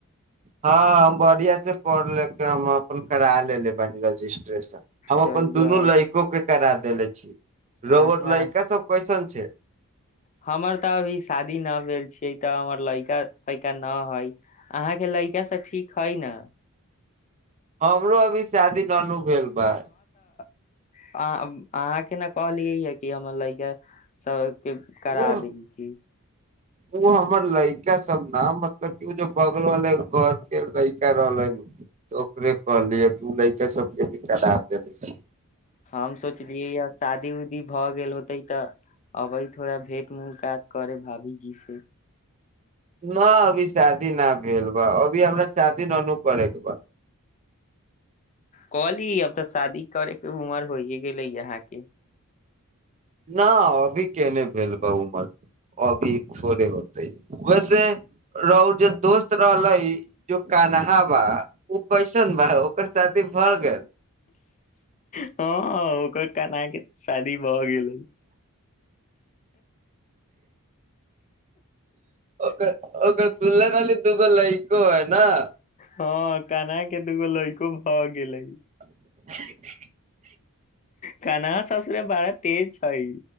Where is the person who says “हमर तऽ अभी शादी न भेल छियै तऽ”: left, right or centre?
Left